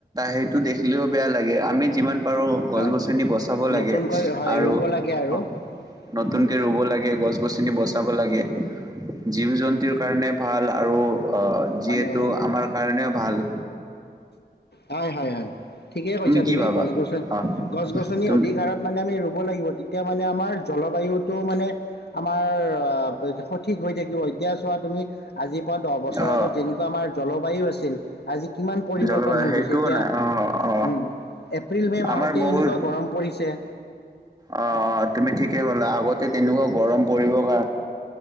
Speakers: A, on the right; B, on the left.
A: সেইটো দেখিলেও বেয়া লাগে। আমি যিমান পাৰো,
B: হয়
A: গছ-গছনি বচাব
B: নতুনকৈ
A: লাগে
B: হয়
A: আৰু
B: ৰুব লাগে আৰু
A: হ নতুনকে
B: উম
A: ৰুব লাগে গছ-গছনি বচ তাব লাগে, জীৱ-জন্তুৰ কাৰণে ভাল আৰু আ যিহেতু
B: পানী অকমান দিয়া
A: কাৰ কাৰণেও ভাল।
B: হয় হয় হয় ঠিকেই কৈছা
A: কি
B: তুমি
A: ভাবা
B: গছ-গছনি,
A: অ
B: গছ-গছনি
A: তুমি
B: অধিক হাৰত মানে আমি ৰুব লাগিব তেতিয়া মানে আমাৰ জলবায়ুটো মানে আমাৰ আ <unintelligible> সঠিক হৈ থাকিব এতিয়া চোৱা তুমি আজিৰ পৰা দহ বছৰ
A: অ
B: আগত যেনেক ত আমাৰ জলবায়ু আছিল আজি কিমান পৰিৱত
A: জলবায়ু
B: ৰ্তন হৈ
A: সেইটোও
B: গৈছে। এতিয়া
A: নাই অ অ
B: উম, এপ্ৰিল মে মাহতে
A: আমাৰ বহুত
B: এনেকুৱা গৰম পৰিছে।
A: অ তুমি ঠিকে ক'লা আগতে তেনেকুৱা গৰম পৰিব কাৰ